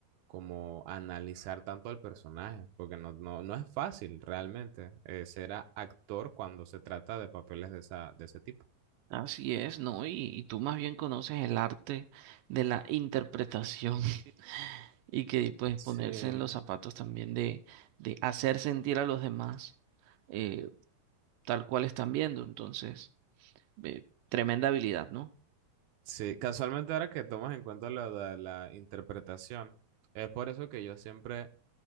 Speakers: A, on the right (about 70°); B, on the right (about 85°).
A: como analizar tanto al personaje, porque no, no, no es fácil realmente eh, ser a- actor cuando se trata de papeles de esa, de ese tipo.
B: Así es, ¿no? Y, y tú más bien conoces el arte de la interpretación <laughs> y que pues
A: Sí.
B: ponerse en los zapatos también de, de hacer sentir a los demás eh, tal cual están viendo. Entonces, eh, tremenda habilidad, ¿no?
A: Sí, casualmente ahora que tomas en cuenta lo de la interpretación, es por eso que yo siempre